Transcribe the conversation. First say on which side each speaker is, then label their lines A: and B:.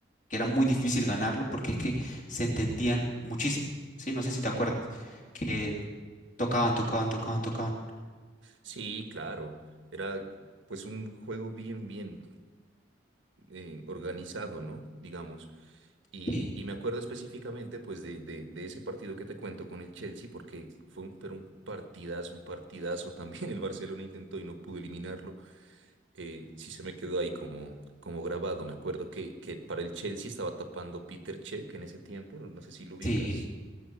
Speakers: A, on the left; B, on the right.
A: que era muy difícil ganarlo porque es que se entendían muchísimo, ¿sí? No sé si te acuerdas, que tocaban, tocaban, tocaban, tocaban.
B: Sí, claro. Era pues un juego bien, bien eh, organizado, ¿no? Digamos. Y,
A: Sí,
B: y me acuerdo específicamente pues de, de, de ese partido que te cuento con el Chelsea porque fue un, pero un partidazo, un partidazo también. <laughs> El Barcelona intentó y no pudo eliminarlo. eh, sí se me quedó ahí como, como grabado. Me acuerdo que, que para el Chelsea estaba tapando Peter Cech en ese tiempo, no, no sé si lo ubicas.
A: sí.